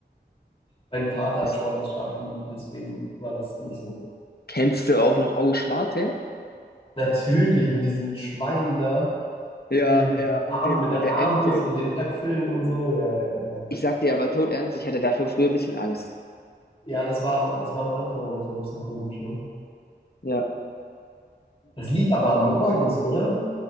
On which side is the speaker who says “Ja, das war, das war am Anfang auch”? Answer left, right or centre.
Left